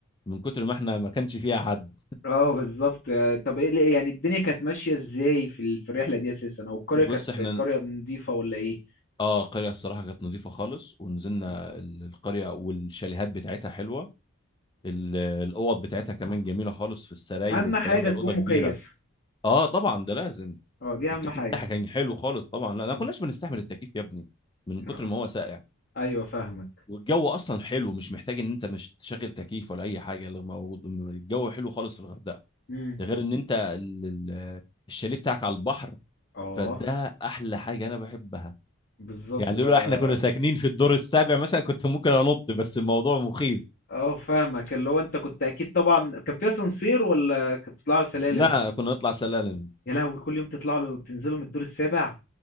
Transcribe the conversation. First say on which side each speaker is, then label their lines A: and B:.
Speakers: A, on the left (about 20°); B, on the left (about 45°).
A: من كتر ما احنا ما كانش فيها حد
B: اه بالظبط آه، طب ايه ليه- يعني الدنيا كانت ماشيه ازاي في ال- في الرحله دي اساسا او القريه
A: بص
B: كانت
A: احنا
B: قريه نظيفه ولا ايه
A: اه القريه الصراحه كانت نظيفه خالص ونزلنا
B: مم.
A: ال- القريه والشاليهات بتاعتها حلوه ال- الاوض بتاعتها كمان جميله خالص في السراير
B: اهم
A: والكلام
B: حاجه
A: ده
B: تكون
A: الاوضه كبيره
B: مكيف
A: اه طبعا ده لازم
B: اه دي
A: والتكييف
B: اهم حاجه
A: بتاعها كان حلو خالص طبعا لا ما
B: مم.
A: كناش بنستحمل التكييف يا ابني من كتر
B: آه.
A: ما هو ساقع
B: ايوه فاهمك
A: والجو اصلا حلو مش محتاج ان انت مش تشغل تكييف ولا اي حاجه اللي موجود الجو حلو خالص في الغردقه
B: امم
A: ده غير ان انت ال- ال- الشاليه بتاعك على البحر
B: اه
A: فده احلى حاجه انا بحبها
B: بالظبط
A: يعني لولا
B: بقى
A: احنا كنا ساكنين في الدور السابع مثلا كنت ممكن انط بس الموضوع مخيف
B: اه فاهمك اللي هو انت كنت اكيد طبعا كان فيها سانسير ولا كنت بتطلع سلالم
A: لا كنا نطلع سلالم
B: يا لهوي كل يوم تطلعوا له تنزلوا من الدور السابع